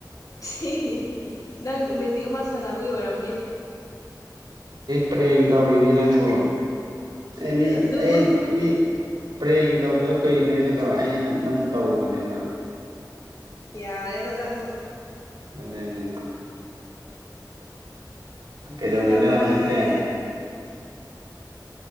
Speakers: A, on the left; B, on the right.
A: ꯁꯤ ꯅꯪ ꯃꯦꯖꯤꯛ ꯑꯃ ꯁꯥꯟꯅꯕꯒꯤ ꯑꯣꯏꯔꯝꯅꯤ
B: ꯄꯔꯦꯡ ꯇꯧꯔꯤꯅꯦ ꯅꯪꯕꯨ ꯑꯩ ꯃꯤ
A: ꯑꯗꯨꯕꯨ
B: ꯑꯩ ꯃꯤ ꯄꯔꯦꯡ ꯇꯧꯗꯕ ꯀꯨꯏꯔꯦꯅꯀꯣ ꯑꯩ ꯅꯪ ꯇꯧꯕꯅꯦꯕ
A: ꯌꯥꯔꯦꯗ ꯇꯪ
B: ꯑꯗꯨꯅꯤ ꯀꯩꯗꯧꯔꯤꯅꯣ
A: ꯀꯩꯖꯥꯡ ꯀꯔꯒꯦ
B: ꯍꯧꯖꯤꯛꯇꯤ